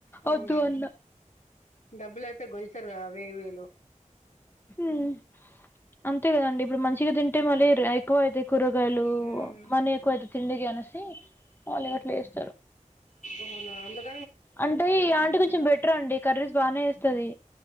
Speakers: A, on the left; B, on the left.
A: అవునా
B: అద్దు అన్న
A: డబ్బులు అయితే గలుస్తారుగా వే వేళు
B: ఉమ్ అంతే కదండి ఇప్పుడు మంచిగా తింటే అంటే మళ్ళీ ఎక్కువ అయితే కూరగాయలు
A: ఉమ్
B: మనీ ఎక్కువయితది తిండికి అనేసి మళ్ళీ అట్లా వ
A: అవునా అ
B: అంటే ఈ ఆంటీ కొంచెం బెటర్ అండి కర్రీస్ బాగానే వేస్తుది